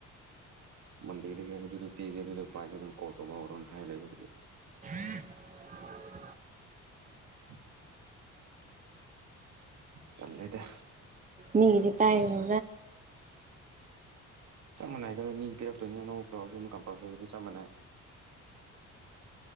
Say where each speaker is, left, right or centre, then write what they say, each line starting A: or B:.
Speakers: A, on the right; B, on the right.
A: ꯃꯟꯗꯤꯔꯗꯒꯤ ꯀꯕꯗꯨꯗ ꯄꯤꯒꯦ ꯑꯗꯨꯗ ꯄꯥꯏꯗꯗꯅ ꯀꯣꯠꯇꯕ ꯍꯧꯔꯣꯅ ꯍꯥꯏ ꯂꯩꯦꯕꯗꯨ
B: ꯍ
A: <unintelligible> ꯆꯂꯦꯗ
B: ꯃꯤꯗꯤ ꯄꯥꯏꯅꯗ
A: ꯆꯞ ꯃꯥꯟꯅꯩ ꯀꯩꯅꯣ ꯃꯤ ꯄꯤꯔꯛꯇꯣꯏꯅꯤ ꯑꯅꯧꯕ ꯈ꯭ꯔꯁꯨ ꯀꯝꯄꯜꯁꯔꯤꯅꯤ ꯆꯞ ꯃꯥꯟꯅꯩ